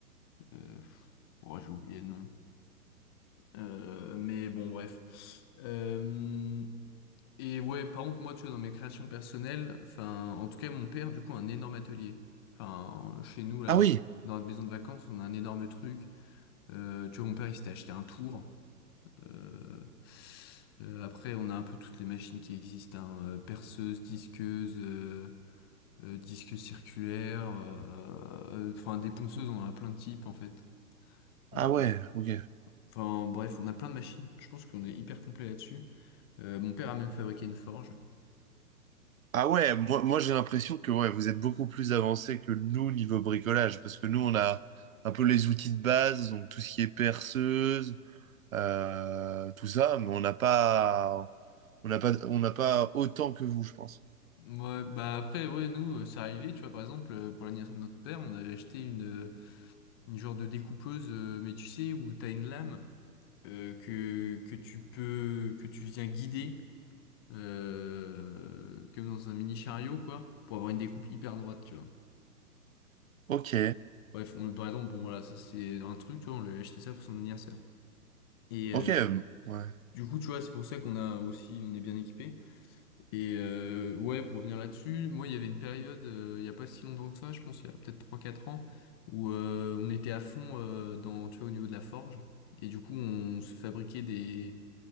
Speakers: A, on the left (about 15°); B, on the right (about 60°).
A: euh, pff, oh, j'ai oublié le nom. Euh, mais bon, bref. Euh, et ouais, par contre, moi, tu vois, dans mes créations personnelles, enfin, en tout cas, mon père, du coup, a un énorme atelier. Enfin, chez nous, là,
B: Ah
A: dans,
B: oui,
A: dans la maison de vacances, on a un énorme truc. Euh, tu vois, mon père, il s'était acheté un tour. Euh, euh, après, on a un peu toutes les machines qui existent, hein, euh, perceuse, disqueuse, euh, euh, disqueuse circulaire, euh, euh, enfin des ponceuses, on en a plein de types en fait.
B: Ah
A: Euh,
B: ouais, ok.
A: Enfin bref, on a plein de machines. Je pense qu'on est hyper complet là-dessus. Euh, mon père a même fabriqué une forge.
B: Ah ouais, moi, moi j'ai l'impression que ouais, vous êtes beaucoup plus avancé que nous niveau bricolage, parce que nous on a un peu les outils de base, donc tout ce qui est perceuse, euh, tout ça, mais on n'a pas, on n'a pas, on n'a pas autant que vous, je pense.
A: Ouais, bah après, ouais, nous, euh, c'est arrivé, tu vois, par exemple, euh, pour l'anniversaire de notre père, on avait acheté une, euh, Une genre de découpeuse, euh, mais tu sais, où t'as une lame euh, que, que tu peux, que tu viens guider, euh, comme dans un mini chariot, quoi, pour avoir une découpe hyper droite, tu vois.
B: Ok,
A: Bref, on, par exemple, bon, voilà, ça c'est un truc, tu vois, on lui a acheté ça pour son anniversaire. Et euh,
B: ok, ouais,
A: du coup, tu vois, c'est pour ça qu'on a aussi, on est bien équipé. Et euh, ouais, pour revenir là-dessus, moi, il y avait une période, euh, il n'y a pas si longtemps que ça, je pense, il y a peut-être trois quatre ans, où euh, on était à fond euh, dans, tu vois, au niveau de la forge. Et du coup, on se fabriquait des,